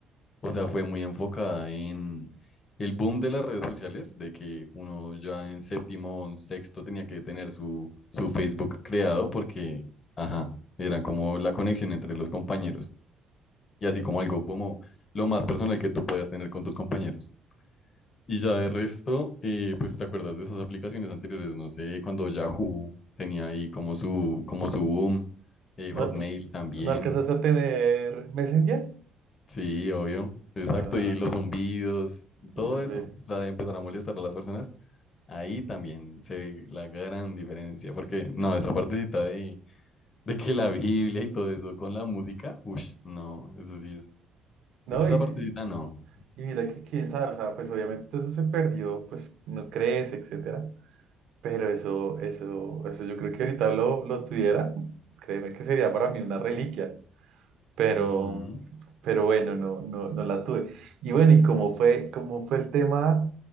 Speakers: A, on the left; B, on the right.
A: o sea, fue muy enfocada en el boom de las redes sociales, de que uno ya en séptimo o en sexto tenía que tener su, su Facebook creado porque, ajá, eran como la conexión entre los compañeros y así como algo como lo más personal que tú podías tener con tus compañeros. Y ya de resto, eh, pues te acuerdas de esas aplicaciones anteriores, no sé, cuando Yahoo tenía ahí como su, como su boom, eh,
B: ¿No,
A: Hotmail también,
B: no alcanzaste a tener Messenger?
A: sí, obvio, exacto,
B: Ah,
A: y los zumbidos, todo
B: sí, sí,
A: eso,
B: sí.
A: o sea, de empezar a molestar a las personas, ahí también se ve la gran diferencia, porque no, esa partecita de, de que la Biblia y todo eso con la música, uff, no, eso sí es,
B: No,
A: esa
B: y,
A: partecita no.
B: y mira que quién sabe, o sea, pues obviamente eso se perdió, pues no crees, etcétera. Pero eso, eso, eso yo creo que ahorita lo, lo tuviera, créeme que sería para mí una reliquia, pero,
A: Ujú,
B: pero bueno, no, no, no la tuve. Y bueno, ¿y cómo fue, cómo fue el tema